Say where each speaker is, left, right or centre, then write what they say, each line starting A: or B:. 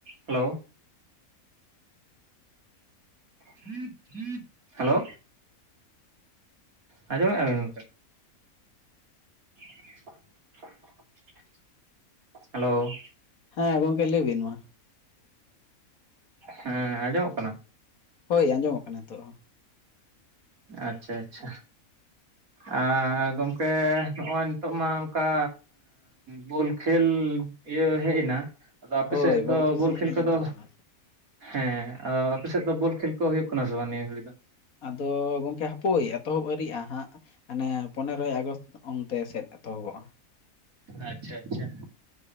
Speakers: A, on the right (about 70°); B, on the left (about 70°).
A: Hello <inaudible> hello ᱟᱸᱡᱚᱢᱮᱜ ᱟᱵᱮ ᱜᱚᱢᱠᱮ? <inaudible> ᱦᱮᱞᱳ
B: ᱦᱮᱸ ᱜᱚᱝᱠᱮ ᱞᱟᱹᱭ ᱵᱤᱱ ᱢᱟ ᱾
A: ᱦᱮᱸ ᱟᱸᱡᱚᱢᱚᱜ ᱠᱟᱱᱟ?
B: ᱦᱳᱭ ᱟᱸᱡᱚᱢᱚᱜ ᱠᱟᱱᱟ ᱦᱤᱛᱚᱜ ᱦᱚᱸ
A: ᱟᱪᱪᱷᱟ ᱟᱪᱪᱷᱟ ᱟᱻ ᱜᱚᱝᱠᱮ ᱱᱚᱜᱼᱚᱭ ᱱᱤᱛᱚᱜ ᱢᱟ ᱚᱱᱠᱟ ᱵᱳᱞ ᱠᱷᱮᱞ ᱤᱭᱟᱹ ᱦᱮᱡ ᱮᱱᱟ ᱟᱫᱚ ᱟᱯᱮ
B: ᱦᱳᱭ
A: ᱥᱮᱫ ᱫᱚ ᱵᱚᱞ
B: ᱥᱤᱡᱤᱱ
A: ᱠᱷᱮᱞ
B: ᱦᱮᱡ
A: ᱠᱚᱫᱚ
B: ᱮᱱ ᱛᱟᱵᱚᱱᱟ
A: ᱦᱮᱸ ᱟᱫᱚ ᱟᱯᱮᱥᱮᱫ ᱫᱚ ᱵᱚᱞ ᱠᱷᱮᱞ ᱠᱚ ᱦᱩᱭᱩᱜ ᱠᱟᱱᱟ ᱥᱮ ᱵᱟᱝ ᱱᱤᱭᱟᱹ ᱜᱷᱟᱹᱲᱤᱜ ᱫᱚ?
B: ᱟᱫᱚ ᱜᱚᱝᱠᱮ ᱦᱟᱯᱳᱭ ᱮᱛᱚᱦᱚᱵ ᱟᱹᱨᱤᱜᱼᱟ ᱦᱟᱸᱜ ᱦᱟᱱᱮ ᱯᱚᱱᱮᱨᱚᱭ ᱟᱜᱚᱥᱴ ᱚᱱᱛᱮ ᱥᱮᱫ ᱮᱛᱚᱦᱚᱵᱚᱜᱼᱟ,
A: ᱟᱪᱪᱷᱟ ᱟᱪᱪᱷᱟ